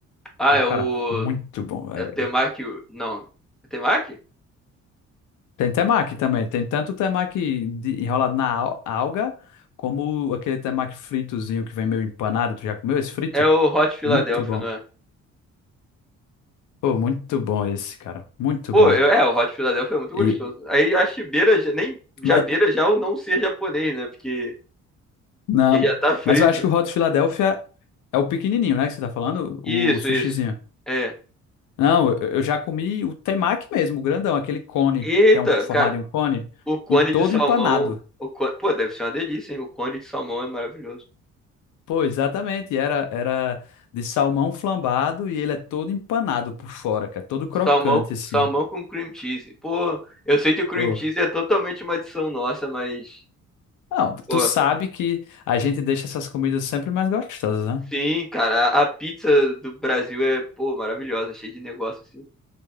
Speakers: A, in the centre; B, on the left.
A: Ah, é o
B: Cara, muito bom, velho.
A: É o Temaki. Não. É Temaki?
B: Tem temaki também. Tem tanto temaki de- enrolado na al- alga, como aquele temaki fritozinho que vem meio empanado. Tu já comeu esse frito?
A: É o Hot Philadelphia,
B: Muito bom.
A: não é?
B: Pô, muito bom esse, cara. Muito
A: Pô,
B: bom.
A: eu- é, o Hot Philadelphia é muito
B: E,
A: gostoso. Aí acho que beira, já- nem, já
B: mas
A: beira já o não ser japonês, né? Porque
B: Não,
A: ele já tá frito.
B: mas eu acho que o Hot Philadelphia é o pequenininho, né, que você tá falando? O
A: Isso,
B: sushizinho.
A: isso. É.
B: Não, eu eu já comi o temaki mesmo, o grandão, aquele cone,
A: Eita,
B: que é um, formado
A: cara,
B: em um cone,
A: o cone
B: em, todo
A: de salmão.
B: empanado.
A: O cone, pô, deve ser uma delícia, hein? O cone de salmão é maravilhoso.
B: Pô, exatamente, era, era de salmão flambado e ele é todo empanado por fora, cara, todo crocante,
A: Salmão,
B: assim.
A: salmão com cream cheese. Pô, eu sei que o cream
B: Pô.
A: cheese é totalmente uma adição nossa, mas.
B: Não, tu
A: Pô,
B: sabe que a gente deixa essas comidas sempre mais gostosas, né?
A: Sim, cara, a a pizza do Brasil é, pô, maravilhosa, cheia de negócio assim.